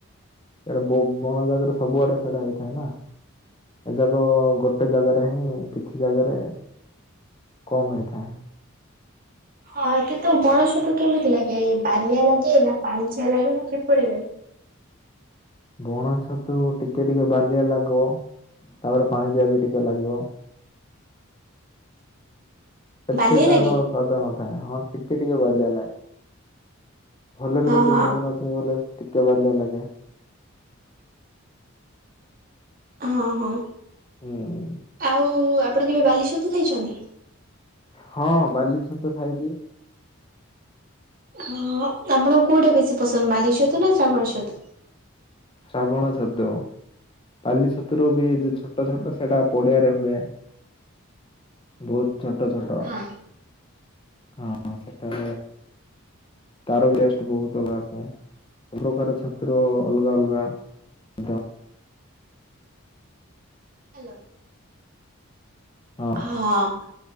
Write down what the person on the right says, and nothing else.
ହଁ କିନ୍ତୁ ବଣ ଛତୁ କେମିତି ଲାଗେ ବାଲିଆ ଲାଗେ ନା ପାଇଁଚିଆ ଲାଗେ ନା କିପରି ଲାଗେ।
ବାଲିଆ
ଲାଗେ?
ହଁ
ହଁ
ହଁ ହଁ
ଆଉ ଆପଣ କେବେ ବାଲି ଛତୁ ଖାଇଛନ୍ତି?
ହଁ ଆପଣ କୋଉଟା ବେଶୀ ପସନ୍ଦ ବାଲି ଛତୁ ନା ଶ୍ରାବଣ ଛତୁ।
ହଁ।
ହ୍ୟାଲୋ
ହଁ